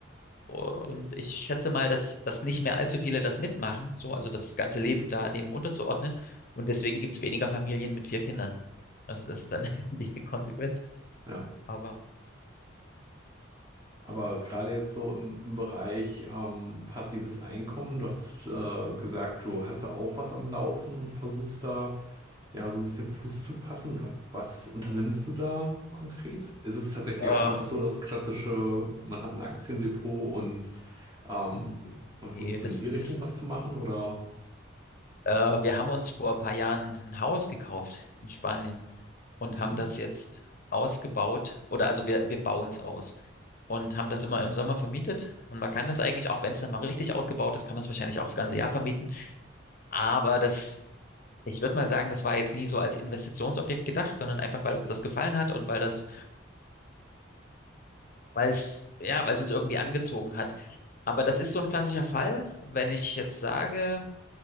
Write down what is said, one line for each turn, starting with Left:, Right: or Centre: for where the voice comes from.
Left: Und ich schätze mal, dass, dass nicht mehr allzu viele das mitmachen, so, also das ganze Leben da dem unterzuordnen. Und deswegen gibt's weniger Familien mit vier Kindern. Also das ist dann <laughs> die Konsequenz.
Right: ja.
Left: Aber
Right: Aber gerade jetzt so im, im Bereich ähm, passives Einkommen, du hast äh, gesagt, du hast da auch was am Laufen und versuchst da ja so ein bisschen Fuß zu fassen. Wa- Was unternimmst du da konkret? Ist es tatsächlich
Left: äh,
Right: auch einfach so das klassische, man hat ein Aktiendepot und ähm,
Left: nee,
Right: man
Left: nee,
Right: versucht
Left: das,
Right: in die Richtung
Left: das,
Right: was zu
Left: das
Right: machen oder?
Left: Äh, wir haben uns vor ein paar Jahren ein Haus gekauft in Spanien und
Right: Mhm.
Left: haben das jetzt ausgebaut oder also wir, wir bauen es aus und haben das immer im Sommer vermietet. Und man kann das eigentlich, auch wenn es dann mal richtig ausgebaut ist, kann man es wahrscheinlich auch das ganze Jahr vermieten. Aber das, ich würde mal sagen, das war jetzt nie so als Investitionsobjekt gedacht, sondern einfach, weil uns das gefallen hat und weil das, weil es, ja, weil es uns irgendwie angezogen hat. Aber das ist so ein klassischer Fall, wenn ich jetzt sage,